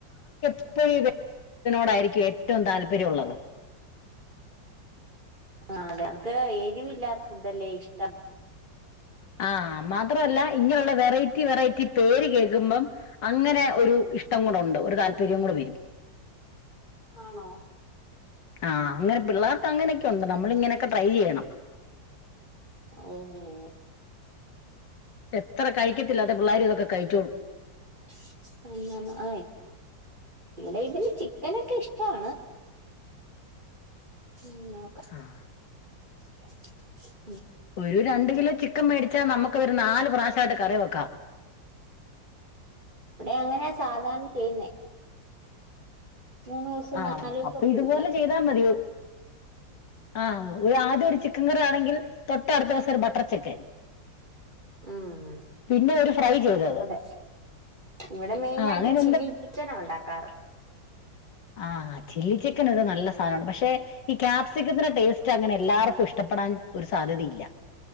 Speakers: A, on the left; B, on the right.
A: <inaudible> എപ്പോഴോടായിരിക്കും ഏറ്റവും താല്പര്യമുള്ളത്
B: ആഹ് അതെ ക്ക് എരിവില്ലാത്ത ഫുഡല്ലേ ഇഷ്ടം
A: ആഹ് മാത്രല്ല ഇങ്ങനെയുള്ള വെറൈറ്റി വെറൈറ്റി പേര് കേക്കുമ്പം അങ്ങനെ ഒരു ഇഷ്ടം കൂടെ ഒണ്ട് ഒരു താല്പര്യം കൂടെ വരും
B: ആണോ
A: ആഹ് അങ്ങനെ പിള്ളേർക്ക് അങ്ങനെയൊക്കെ ഒണ്ട് നമ്മളിങ്ങനൊക്കെ ട്രൈ ചെയ്യണം
B: ഓഹ്
A: എത്ര കഴിക്കത്തില്ലാത്ത പിള്ളേരും ഇതൊക്കെ കഴിച്ചോ
B: <inaudible> ഇവടെ ഇവന് ചിക്കനൊക്കെ ഇഷ്ടാണ് മ് നോക്ക
A: ആഹ്
B: <unintelligible> <inaudible>
A: ഒരു രണ്ട് കിലോ ചിക്കൻ മേടിച്ചാ നമുക്ക് ഒരു നാല് പ്രാവശ്യായിട്ട് കറി വെക്കാം
B: അങ്ങനെയ സാധാരണ ചെയ്യുന്നേ മൂന്ന് ദിവസം
A: ആഹ്
B: നാലു ദിവസം
A: അപ്പൊ
B: ഒക്കെ
A: ഇതുപോലെ
B: എടുക്കും
A: ചെയ്താ മതി ആഹ് ആദ്യം ഒരു ചിക്കൻ കറി ആണെങ്കിൽ തൊട്ടട്ത്ത ദിവസം ഒരു ബട്ടർ ചിക്കൻ
B: മ്
A: പിന്നെ ഒരു ഫ്രൈ ചെയ്തത്
B: അതെ ഇവിടെ മെയിനായിട്ട്
A: ആഹ് അങ്ങനെ
B: ചില്ലി ചിക്കനാ ഒണ്ടാക്കാറ്
A: ആ ചില്ലി ചിക്കൻ ഒരു നല്ല സാധനാണ് പക്ഷെ ഈ ക്യാപ്സിക്കത്തിന്റെ ടേസ്റ്റ് അങ്ങനെ എല്ലാർക്കും ഇഷ്ടപ്പെടാൻ ഒരു സാധ്യതയില്ല